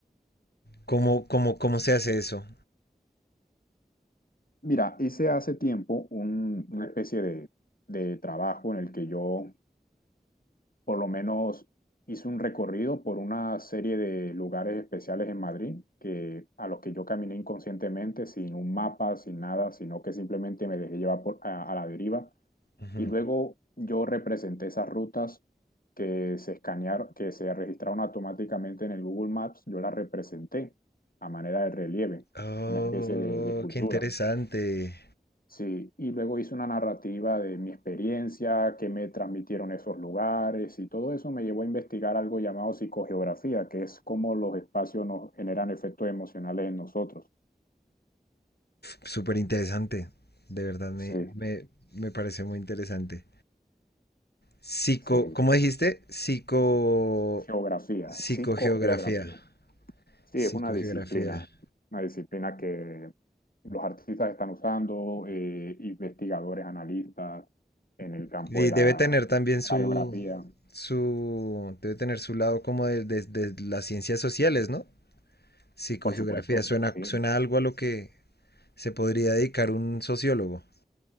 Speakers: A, on the left; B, on the left.
A: ¿Cómo, cómo, cómo se hace eso?
B: Mira, hice hace tiempo un- una especie de, de trabajo en el que yo por lo menos hice un recorrido por una serie de lugares especiales en Madrid que, a los que yo caminé inconscientemente, sin un mapa, sin nada, sino que simplemente me dejé llevar por- a, a la deriva.
A: Ujú.
B: Y luego yo representé esas rutas que se escanearon, que se registraron automáticamente en el Google Maps, yo las representé a manera de relieve,
A: Oh,
B: una especie de de escultura.
A: qué interesante.
B: Sí, y luego hice una narrativa de mi experiencia, qué me transmitieron esos lugares y todo eso me llevó a investigar algo llamado psicogeografía, que es cómo los espacios nos generan efectos emocionales en nosotros.
A: Súper interesante. De verdad, me,
B: Sí,
A: me, me parece muy interesante. Psico,
B: sí,
A: ¿cómo dijiste? Psico,
B: geografía,
A: psicogeografía.
B: psicogeografía. Sí,
A: Psicogeografía.
B: es una disciplina, una disciplina que los artistas están usando, eh, investigadores, analistas en el campo
A: Y
B: de la,
A: debe tener también su,
B: la geografía,
A: su, debe tener su lado como de, de- de las ciencias sociales, ¿no? Psicogeografía.
B: por supuesto,
A: Suena,
B: sí.
A: suena algo a lo que se podría dedicar un sociólogo.